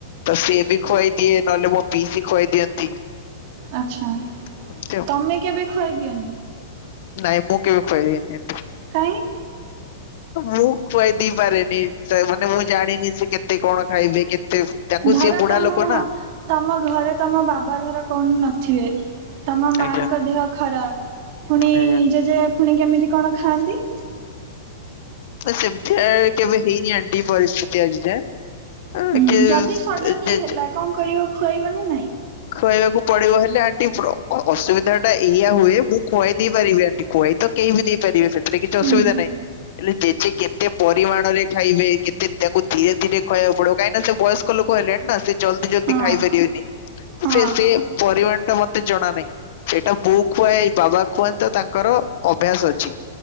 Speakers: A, on the left; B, on the right.
A: ତ ସିଏ ବି ଖୁଆଇ ଦିଏ ନହେଲେ ମୋ ପିଇସି ଖୁଆଇ ଦିଅନ୍ତି।
B: ଆଚ୍ଛା
A: ଏମିତି ଆଉ।
B: ତମେ କେବେ ଖୁଆଇଦିଅନି।
A: ନାଇଁ ମୁଁ କେବେ ଖୁଆଇ ଦିଏନି।
B: କାହିଁ
A: ମୁଁ ଖୁଆଇଦେଇ ପାରେନି ମାନେ ମୁଁ ଜାଣିନି ସେ କେତେ କଣ ଖାଇବେ କେତେ ତାଙ୍କୁ
B: ଧର
A: ସେ ବୁଢା
B: ତମ
A: ଲୋକ ନା
B: ତମ ଘରେ ତମ ବାବା ଧର କଣ ନଥିବେ ତମ ମାଙ୍କ
A: ଆଜ୍ଞା
B: ଦେହ ଖରାପ ପୁଣି
A: ଆଜ୍ଞା।
B: ଜେଜେ ପୁଣି କେମିତି କଣ ଖାଆନ୍ତି।
A: ତ ସେମତିଆ କେବେ ହେଇନି ଆଣ୍ଟି ପରିସ୍ଥିତି ଆଜି ଯାଏଁ <unintelligible>
B: ହୁଁ ଯଦି ସଡନଲି ହେଲା କଣ କରିବ ଖୁଆଇବ ନା ନାଇଁ
A: ଖୁଆଇବାକୁ ପଡିବ ହେଲେ ଆଣ୍ଟି ଅସୁବିଧା ଟା ଏଇଆ ହୁଏ ମୁଁ ଖୁଆଇ ଦେଇ ପାରିବି ଆଣ୍ଟି ଖୁଆଇ ତ କେହି ବି ଦେଇପାରିବେ ସେଥିରେ କିଛି
B: ହୁଁ
A: ଅସୁବିଧା ନାହିଁ। ହେଲେ ଜେଜେ କେତେ ପରିମାଣରେ ଖାଇବେ କେତେ ତାଙ୍କୁ ଧୀରେ ଧୀରେ ଖୁଆବାକୁ ପଡିବ କାହିଁକି ନା ସେ ବୟସ ଲୋକ ହେଲେଣି ନା ସେ ଜଲଦି ଜଲଦି
B: ହଁ
A: ଖାଇପାରିବେନି
B: ହଁ
A: ସେ ସେ ପରିମାଣ ଟା ମତେ ଜଣା ନାହିଁ। ସେଇଟା ବୋଉ ଖୁଆଏ ବାବା ଖୁଆନ୍ତି ତ ତାଙ୍କର ଅଭ୍ୟାସ ଅଛି।